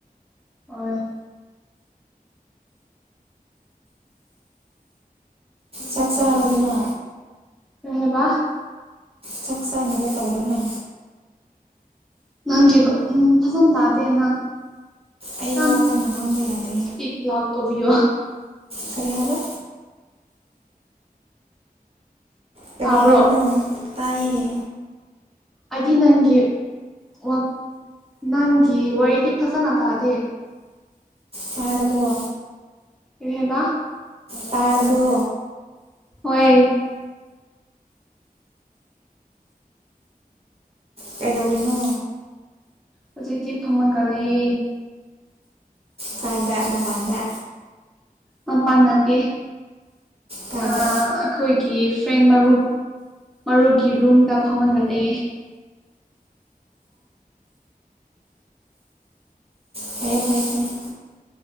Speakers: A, in the centre; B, on the right.
A: ꯑ
B: ꯆꯥꯛꯁꯥ ꯑꯔꯗꯅ
A: ꯑꯦꯕ
B: ꯆꯥꯛ ꯆꯥꯅꯕ ꯇꯧꯔꯅ
A: ꯅꯪ ꯀꯤꯂꯣ ꯎꯝ ꯐꯁ ꯇꯗꯦ ꯅ
B: ꯑꯩ
A: ꯇ
B: ꯋꯥ ꯀꯟꯅ ꯉꯥꯡꯕ ꯌꯥꯗꯦ
A: ꯁꯄꯤꯛ ꯂꯥꯛ ꯀꯣꯕꯤꯌꯣ
B: ꯀꯔꯤ ꯍꯥꯏꯕ ꯀꯔꯤꯚꯥꯕꯅ
A: ꯇꯥꯕ꯭ꯔꯣ
B: ꯇꯥꯏꯌꯦ
A: ꯑꯩꯗꯤ ꯅꯪꯒꯤ ꯋꯥ ꯅꯪꯒꯤ ꯋꯥꯔꯤꯗꯤ ꯐꯖꯅ ꯇꯥꯗꯦ
B: ꯇꯔꯕꯔꯕꯣ
A: ꯀꯍꯦꯕ
B: ꯇꯥꯔꯕ
A: ꯑꯣꯏ
B: ꯀꯗꯧꯔꯤꯅꯣ
A: ꯍꯧꯖꯤꯛꯇꯤ ꯐꯝꯃꯒꯂꯌꯦ
B: ꯀꯥꯏꯗ ꯃꯄꯥꯟꯗ
A: ꯃꯄꯥꯟ ꯅꯠꯇꯦ
B: ꯀꯥꯏꯗ
A: ꯑꯩꯈꯣꯏꯒꯤ ꯐ꯭ꯔꯦꯟ ꯃꯔꯨꯞ ꯃꯔꯣꯏꯒꯤ ꯔꯨꯝꯗ ꯐꯝꯃꯟꯒꯂꯛꯑꯦ
B: ꯐꯔꯌꯦꯦ ꯐꯔꯌꯦ ꯐꯔ ꯎ